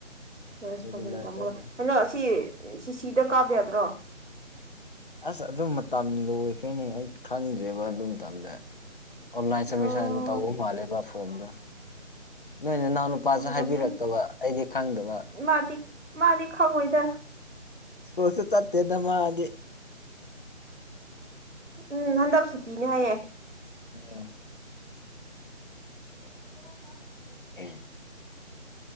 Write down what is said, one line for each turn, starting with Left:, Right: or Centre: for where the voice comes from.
Right: ꯆꯄꯖꯦꯟ
Left: ꯔꯤꯒꯨꯂꯔ
Right: ꯊꯝꯃꯒ
Left: ꯆꯠꯂꯣꯏ
Right: ꯀꯩꯅꯣ ꯑꯁꯤ ꯁꯤꯁꯤꯗ ꯀꯥꯕ ꯌꯥꯗ꯭ꯔꯣ
Left: ꯑꯁ ꯑꯗꯨ ꯃꯇꯝ ꯂꯣꯏꯈ꯭ꯔꯦꯅꯦ ꯑꯩ ꯈꯪꯗ꯭ꯔꯦꯕ ꯑꯗꯨ ꯃꯇꯝꯗ ꯑꯣꯟꯂꯥꯏꯟ ꯁꯃꯤꯁꯟ
Right: ꯑꯣ
Left: ꯇꯧꯕꯨꯝ ꯃꯥꯜꯂꯦꯕ ꯐꯣꯟꯣꯟꯗ ꯅꯣꯏꯅ ꯏꯅꯥꯎꯅꯄꯥꯁꯨ
Right: ꯎꯝꯔꯝꯒꯅꯤ
Left: ꯍꯥꯏꯕꯤꯔꯛꯇꯕ ꯑꯩꯗꯤ ꯈꯪꯗꯕ
Right: ꯃꯥꯗꯤ ꯃꯥꯗꯤ ꯈꯪꯉꯣꯏꯗ
Left: ꯁ꯭ꯀꯨꯜꯁꯨ ꯆꯠꯇꯦꯗ ꯃꯥꯗꯤ
Right: ꯎꯝ ꯍꯟꯗꯛ ꯁꯨꯇꯤꯅꯦ ꯍꯥꯏꯌꯦꯦ
Left: ꯑꯣꯝ <inaudible>